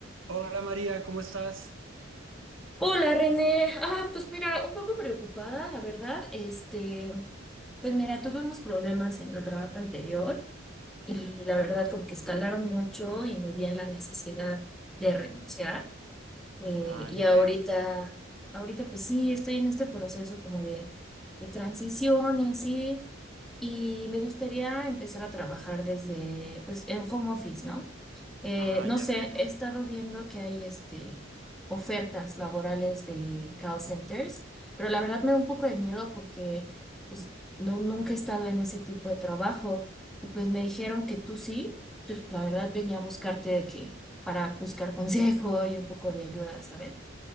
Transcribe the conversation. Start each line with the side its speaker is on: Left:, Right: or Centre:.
Right: Hola María, ¿cómo estás?
Centre: Hola René, ah, pues mira, un poco preocupada, la verdad, este, pues mira, tuve unos problemas en el trabajo anterior y la verdad como que escalaron mucho y me vi en la necesidad de renunciar. Eh,
Right: Ah,
Centre: y
Right: ya
Centre: ahorita,
Right: veo.
Centre: ahorita pues sí, estoy en este proceso como de, de transición y así, Y me gustaría empezar a trabajar desde, pues, en home office, ¿no? Eh,
Right: Ah,
Centre: no
Right: ya
Centre: sé,
Right: veo.
Centre: he estado viendo que hay este, ofertas laborales de call centers, pero la verdad me da un poco de miedo porque pues, no, nunca he estado en ese tipo de trabajo y pues me dijeron que tú sí, entonces pues, la verdad venía a buscarte de que para buscar <laughs> consejo y un poco de ayuda, ¿sabes?